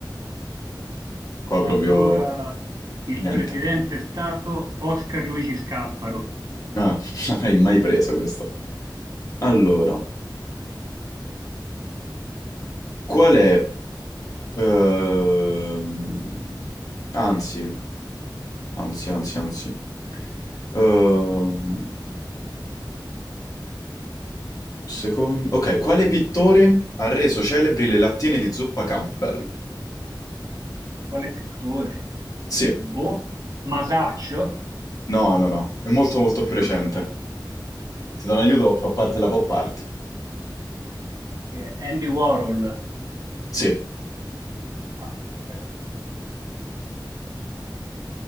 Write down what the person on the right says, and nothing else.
Allora,
il
presidente è stato Oscar Luigi Scalfaro.
Quale pittore?
Boh, Masaccio?
<laughs>
Che è Andy Warhol.
Ah, ok.